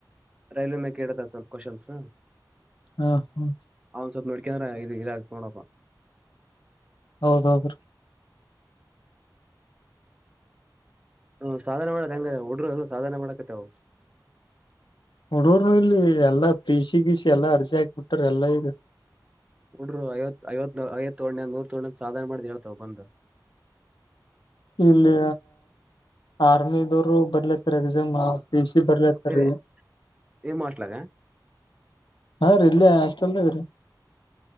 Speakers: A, on the right; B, on the left.
A: ರೈಲ್ವೆ ಮ ಕೇಳದ ಸ್ವಲ್ಪ ಕ್ವನ್ಸ್
B: ಹಾ ಹಾ
A: ಅವ್ ಸ್ವಲ್ಪ ನೋಡ್ಕ್ರ ಇ ಇದ ಆ ನೋಡಪ್ಪ
B: ಹೌದೌದು ರೀ
A: ಹ ಸಾಧನೆ ಮಾಡದ ಹೆಂಗ ಒಡರು ಎಲ್ಲ ಸಾಧನೆ ಮಾಡಕತ್ತ ಅವು
B: ಹುಡೂರ್ನು ಇಲ್ಲಿ ಎಲ್ಲಾ ಪ ಸಿ ಗೀಸ ಎಲ್ಲ ಅರ್ಸಿ ಹಾಕ್ಬಿಟ್ಟ ಎಲ್ಲಾ ಇದು
A: ನುಡ್ರ ಐವ ಐವ ನ ಐವತ್ತು ತೋ್ಣ ನೂರ್ ತೋ್ಣ ಸಾಧನ ಮಾಡ್ ಹೇಳ್ತಾವ ಬಂದ
B: ಇಲ್ಲಿ ಆರ್ಮಿದವರು ಬರ್ಲತರಗ ಜಮಕ ಇಸ ಬರ್ಲತಾರ
A: ಸರಿ ಏನ್ ಮಾಡ್ಲಾಗ
B: ಹಾ ರೀ ಇಲ್ಲಿ ಅಷ್ಟ ಅಲ್ದ ರೀ <unintelligible>